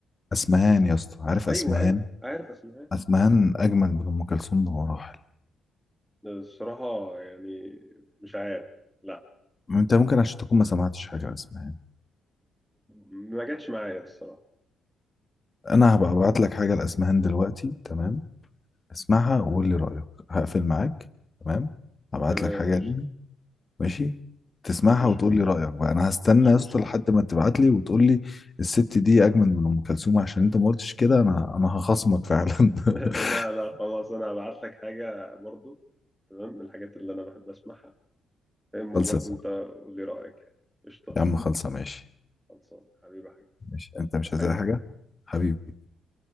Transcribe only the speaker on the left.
اسمهان يا اسطى عارف
اسمهان
اسمهان اجمد من ام كلثوم بمراحل
انت ممكن عشان تكون ما سمعتش حاجه لاسمهان
انا هبقى ابعت لك حاجه لاسمهان دلوقتي تمام اسمعها وقول لي رايك هقفل معاك تمام هبعت
لك حاجه
ليها ماشي تسمعها
وتقول لي رايك بقى انا هستنى
يا اسطى
لحد ما تبعت لي وتقول لي الست دي اجمل من ام كلثوم عشان انت ما قلتش كده انا انا هخصمك فعلا
<laughs>
خلصة
صح
يا عم خلصة ماشي
ماشي انت مش
عايز أي حاجة حبيبي